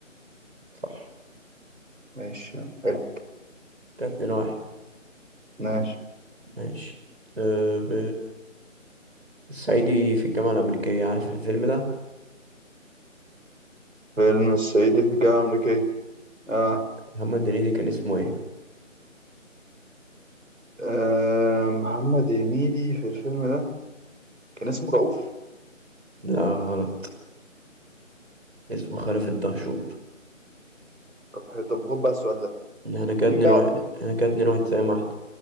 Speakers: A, on the right; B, on the right.
A: صح
B: ماشي يلا.
A: كده اتنين واحد
B: ماشي
A: ماشي أه ب... الصعيدي في الجامعة الأمريكية عارف الفيلم ده
B: فيلم الصعيدي في الجامعة الأمريكية آه.
A: محمد هنيدي كان اسمه ايه
B: آه محمد هنيدي في الفيلم ده كان اسمه رؤوف
A: لا غلط اسمه خلف الدهشور
B: طب ح- طب خد بقى السؤال ده
A: احنا كده
B: مين
A: اتنين
B: بقى
A: واحد احنا كده اتنين واحد زي ما احنا